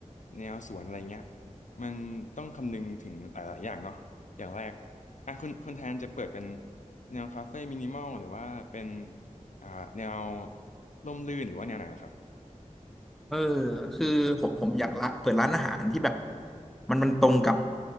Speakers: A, on the left; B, in the centre.
A: แนวสวนอะไรเงี้ยมันต้องคำนึงถึงหลายๆอย่างเนาะอย่างแรกอ่ะคุณคุณแทนจะเปิดเป็นแนวคาเฟ่มินิมอลหรือว่าเป็น อ่าแนวร่มรื่นหรือว่าแนวไหนเหรอครับ
B: เออคือผมผมอยากละเปิดร้านอาหารที่แบบมันมันตรงกับ